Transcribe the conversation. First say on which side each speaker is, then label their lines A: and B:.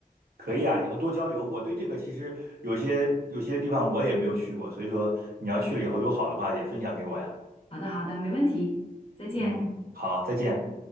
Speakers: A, on the right; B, on the left.
A: 可以啊，以后多交流。我对这个其实有些有些地方我也没有去过，所以说你要去了以后有好的话也分享给我呀。
B: 好的，好的，没问题，再见。
A: 嗯，好，再见。